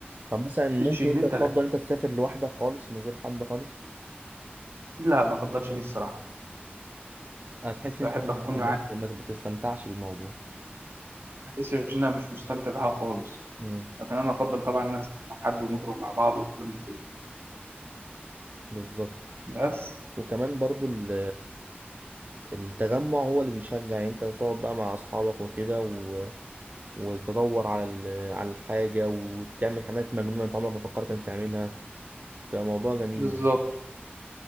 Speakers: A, on the right; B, on the right.
A: طب مثلا ممكن
B: مش ان
A: انت
B: انت
A: تفضل
B: غ-
A: انت تسافر لوحدك خالص من غير حد خالص
B: لا ما افضلش دي الصراحه
A: هتحس
B: بحب
A: انت ما
B: اكون معايا
A: ما- ما- ما تستمتعش بالموضوع
B: بس مش ان انا مش مستمتع بها خالص
A: مم.
B: لكن انا افضل طبعا ان انا أسافر مع حد ونخرج مع بعض والكلام ده كله
A: بالظبط
B: بس
A: وكمان برضو ال- التجمع هو اللي بيشجع يعني انت تقعد بقى مع اصحابك وكده و... وتدور على ال... على الحاجة وتعمل حاجات مجنونة انت عمرك ما فكرت انك تعملها ده موضوع جميل
B: بالظبط
A: يعني